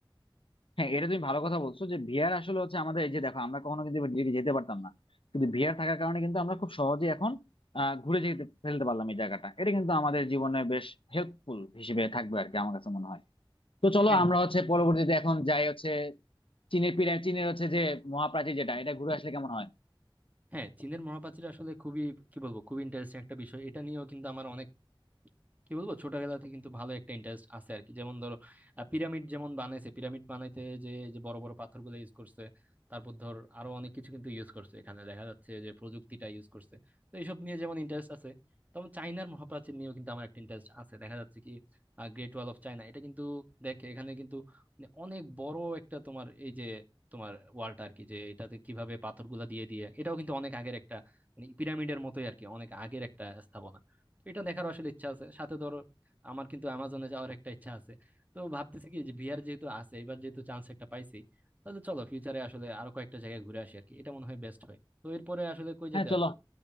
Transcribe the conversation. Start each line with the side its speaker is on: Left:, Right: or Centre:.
Left: হ্যাঁ এটা তুমি ভালো কথা বলছো যে ভিআর আসলে হচ্ছে আমাদের এই যে দেখো আমরা কখনো কিন্তু এবার দিল্লি যেতে পারতাম না কিন্তু ভিআর থাকার কারণে কিন্তু আমরা খুব সহজে এখন আহ, ঘুরে যেতে ফেলতে পারলাম এই জায়গাটা এটা কিন্তু আমাদের জীবনে বেশ হেল্পফুল হিসেবে থাকবে আর কি আমার কাছে মনে হয় তো চলো
Right: হ্যাঁ
Left: আমরা হচ্ছে পরবর্তীতে এখন যাই হচ্ছে চীনের পিরামিড চীনের হচ্ছে যে মহাপ্রাচীর যেটা এটা ঘুরে আসলে কেমন হয়
Right: হ্যাঁ চীনের মহাপ্রাচীর আসলে খুবই কি বলবো খুবই ইন্টারেস্টিং একটা বিষয় এটা নিয়েও কিন্তু আমার অনেক কি বলবো ছোটবেলাতে কিন্তু ভালো একটা ইন্টারেস্ট আছে আর কি যেমন ধরো আহ, পিরামিড যেমন বানাইছে পিরামিড বানাইতে যে যে বড় বড় পাথরগুলো ইউজ করছে তারপর ধর আরো অনেক কিছু কিন্তু ইউজ করছে এখানে দেখা যাচ্ছে যে প্রযুক্তিটা ইউজ করছে তো এইসব নিয়ে যেমন ইন্টারেস্ট আছে তেমন চাইনার মহাপ্রাচীর নিয়েও কিন্তু আমার একটা ইন্টারেস্ট আছে দেখা যাচ্ছে কি গ্রেট ওয়াল অফ চায়না এটা কিন্তু দেখে এখানে কিন্তু মানে অনেক বড় একটা তোমার এই যে তোমার ওয়ালটা আর কি যে এটাতে কিভাবে পাথরগুলা দিয়ে দিয়ে এটাও কিন্তু অনেক আগের একটা মানে পিরামিডের মতোই আর কি অনেক আগের একটা স্থাপনা তো এটা দেখার আসলে ইচ্ছা আছে সাথে ধরো আমার কিন্তু অ্যামাজনে যাওয়ার একটা ইচ্ছা আছে তো ভাবতেছি কি যে ভিআর যেহেতু আছে এবার যেহেতু চান্স একটা পাইছি তাহলে চলো ফিউচারে আসলে আরো কয়েকটা জায়গায় ঘুরে আসি আর কি এটা মনে হয় বেস্ট হয় তো এরপরে আসলে কই
Left: হ্যাঁ
Right: যেতে
Left: চলো
Right: আছো